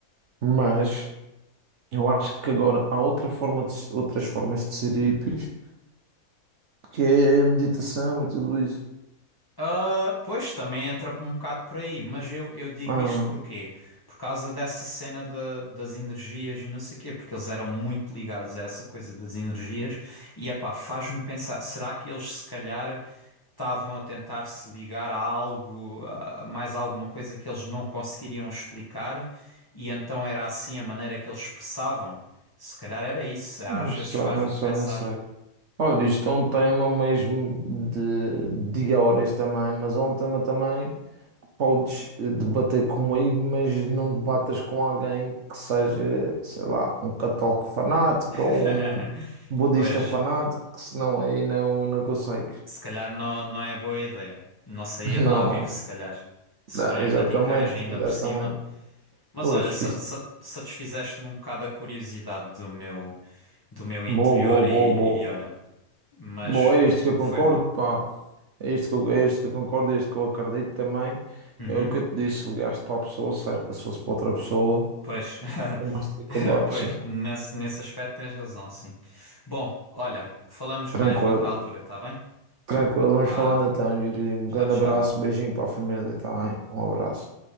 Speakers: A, on the right; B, on the left.
A: Mas eu acho que agora há outra forma de, se- outras formas de ser hippies, que é a meditação e tudo isso.
B: Ah, pois, também entra um bocado por aí, mas eu, eu digo
A: Ah,
B: isto porquê? Por causa dessa cena da- das energias e não sei quê, porque eles eram muito ligados a essa coisa das energias e, epá, faz-me pensar, será que eles se calhar estavam a tentar se ligar a algo, a mais alguma coisa que eles não conseguiriam explicar e então era assim a maneira que eles expressavam? Se calhar era isso, às
A: não sei,
B: vezes faz-me
A: não sei,
B: pensar.
A: não sei. Olha, isto é um tema mesmo de, de horas também, mas é um tema também que podes eh, debater comigo, mas não debatas com alguém que seja, sei lá, um católico fanático
B: <laughs>
A: ou um budista
B: Pois.
A: fanático, que senão aí não, não consegues.
B: Se calhar não, não é boa ideia. Não saía
A: <laughs> Não,
B: de lá vivo,
A: é?
B: se calhar. Se
A: Não,
B: forem
A: exatamente,
B: radicais ainda
A: exatamente.
B: por cima. Mas
A: Pois,
B: olha, sa-
A: isto.
B: sa- satisfizeste-me um bocado a curiosidade do meu, do meu interior
A: Boa, boa,
B: e,
A: boa, boa.
B: e olha. Mas
A: Bom, é isto que eu
B: foi
A: concordo,
B: bom.
A: pá. É isto que eu, é isto que eu concordo, é isto que eu acredito também.
B: Uhum.
A: É o que eu te disse, ligaste para a pessoa certa, se fosse para outra pessoa,
B: Pois,
A: tem mais
B: <laughs>
A: dificuldades.
B: pois, nesse, nesse aspecto tens razão, sim. Bom, olha, falamos mais
A: Tranquilo,
B: noutra altura, tá bem?
A: tranquilo. Vamos
B: Vá,
A: falando então, Yuri. Um
B: tchau,
A: grande
B: tchau.
A: abraço, beijinho para a família, tá bem? Um abraço.